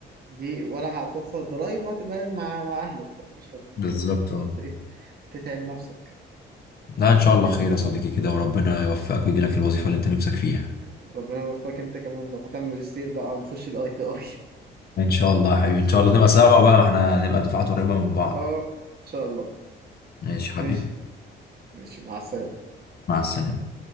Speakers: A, on the right (about 50°); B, on the left (about 50°).
A: دي ولا هتوفر ضرايب وهتبقى قاعد مع مع اهلك فمش هتبقى محتاج
B: بالظبط
A: ان انت تقعد
B: اه
A: ايه تتعب نفسك
B: لا ان شاء الله خير يا صديقي كده وربنا يوفقك ويجي لك الوظيفة اللي انت نفسك فيها
A: ربنا يوفقك انت كمان لو هتعمل ماجستير بقى ونخش الاي تي اي
B: ان شاء الله يا حبيبي ان شاء الله نبقى سوا بقى ما احنا هنبقى دفعات قريبة من
A: <laughs>
B: بعض
A: اه ان شاء الله
B: ماشي يا حبيبي
A: ماشي ماشي مع السلامة
B: مع السلامة